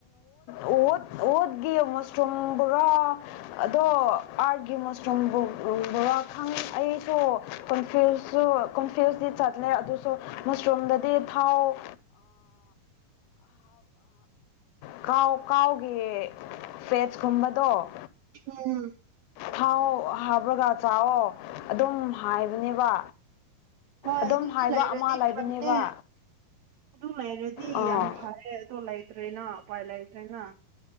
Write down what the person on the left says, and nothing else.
ꯑꯣꯠꯈꯤ ꯑꯃ ꯃꯣꯁꯇ꯭ꯔꯨꯝ ꯕꯣꯔꯥ ꯑꯗꯣ ꯑꯥꯔꯒꯤ ꯃꯣꯁꯇ꯭ꯔꯨꯝ ꯕꯣꯔꯥ ꯈꯪ ꯑꯩ ꯀꯐ꯭ꯁ ꯀꯣꯟꯐ꯭ꯌꯨꯁ ꯆꯠꯂ ꯑꯗꯨꯁꯨ ꯁꯣꯝꯗꯗꯤ ꯊꯥꯎ ꯀꯥꯎ ꯀꯥꯎꯒꯤ ꯄꯦꯠꯁ ꯀꯨꯝꯕꯗꯣ
ꯊꯥꯎ ꯍꯥꯕ꯭ꯔꯒ ꯆꯥꯛꯑꯣ ꯑꯗꯨꯝ ꯍꯥꯏꯕꯅꯦꯕ
ꯑꯗꯨꯝ
ꯍꯥꯏꯕ
ꯑꯃ ꯂꯩꯕꯅꯦꯕ
ꯑꯥ